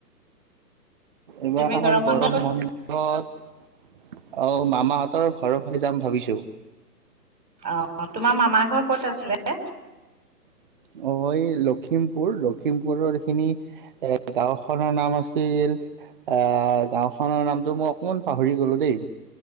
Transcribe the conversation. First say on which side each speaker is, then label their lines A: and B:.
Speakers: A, on the right; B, on the right.
A: এইবাৰ
B: তুমি
A: গৰম
B: বন্ধত ক'ত
A: বন্ধত অ মামাহত । তৰ ঘৰৰ ফালে যাম ভাবিছো।
B: অ তোমাৰ মামাৰ ঘৰ ক'ত আছিলে।
A: অ এই লখিমপুৰ লখিমপুৰৰ এইখিনি এ গাওখনৰ নাম আছিল ।আহ গাওখনৰ নামটো মই অকমান পাহৰি গলো দেই।